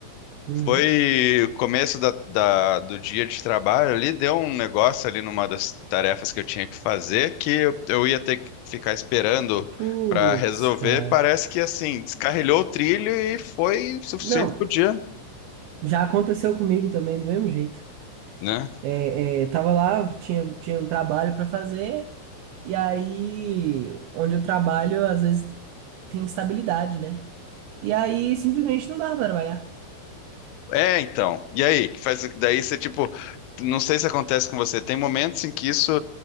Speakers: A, on the right (about 85°); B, on the left (about 85°).
A: Uhum.
B: Foi o começo da, da- do dia de trabalho ali, deu um negócio ali numa das tarefas que eu tinha que fazer que eu, eu ia ter que ficar esperando
A: Putz,
B: para resolver.
A: cara.
B: Parece que assim, descarrilhou o trilho e foi o suficiente
A: Não,
B: pro dia,
A: já aconteceu comigo também do mesmo jeito.
B: né?
A: É, é, tava lá, tinha, tinha um trabalho para fazer, e aí, onde eu trabalho, às vezes tem instabilidade, né? E aí, simplesmente não dava para trabalhar.
B: É, então. E aí, que faz daí você tipo, não sei se acontece com você, tem momentos em que isso